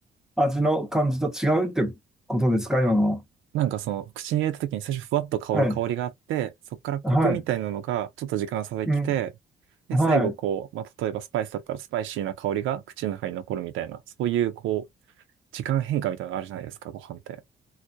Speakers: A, in the centre; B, on the right (about 80°).
A: 味の感じと違うってことですか、今のは。
B: なんかその、口に入れた時に最初ふわっと香る香りがあって、
A: はい。
B: そこからコクみたいなのがちょっと時間が差できて、
A: はい。うん。
B: で、
A: はい。
B: 最後こう、まあ、例えばスパイスだったらスパイシーな香りが口の中に残るみたいな、そういうこう、時間変化みたいなのがあるじゃないですか、ご飯って。